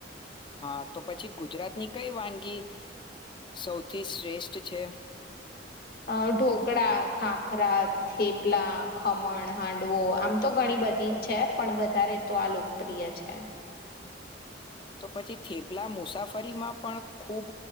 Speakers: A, on the left; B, on the left.
A: હા તો પછી ગુજરાતની કઈ વાનગી સૌથી શ્રેષ્ઠ છે.
B: અ ઢોકળા ખાખરા થેપલા ખમણ હાંડવો આમ તો ઘણી બધી છે પણ વધારે તો આ લોકપ્રિય છે.
A: તો પછી થેપલા મુસાફરીમાં પણ ખૂબ